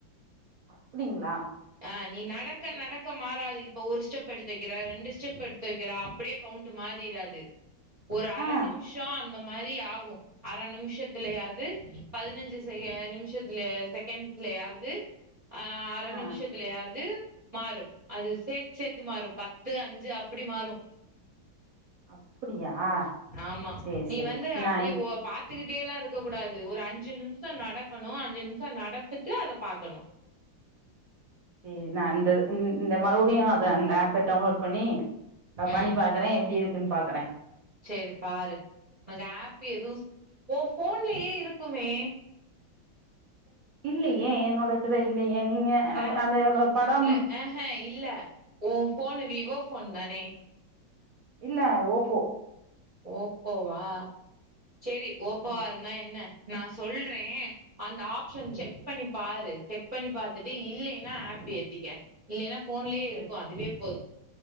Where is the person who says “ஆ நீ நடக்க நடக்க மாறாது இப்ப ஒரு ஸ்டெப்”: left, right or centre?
Right